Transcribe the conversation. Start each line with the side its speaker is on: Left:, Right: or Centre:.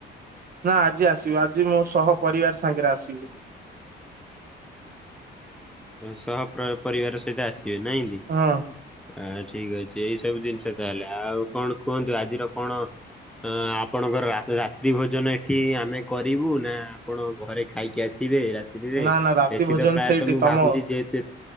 Right: ନା ଆଜି ଆସିବୁ ଆଜି ମୋ ସହ ପରିବାର ସାଙ୍ଗରେ ଆସିବୁ।
Centre: ସହ ପ୍ର ପରିବାର ସହିତ ଆସିବେ ନାହିଁ କି?
Right: ହଁ।
Centre: ଆ ଠିକ ଅଛି ଏଇ ସବୁ ଜିନିଷ ତାହେଲେ ଆଉ କଣ କୁହନ୍ତୁ ଆଜିର କଣ ଅ ଆପଣଙ୍କର ରା-ରାତ୍ରି ଭୋଜନ ଏଠି ଆମେ କରିବୁ ନା ଆପଣ ଘରେ ଖାଇକି ଆସିବେ ରାତ୍ରିରେ
Right: ନା ନା ରାତି
Centre: ଏଠି
Right: ଭୋଜନ
Centre: ତ ପ୍ରାୟତଃ
Right: ସେଇଠି
Centre: ମୁଁ
Right: ତମ
Centre: ଭାବୁଛି ଯେହେତୁ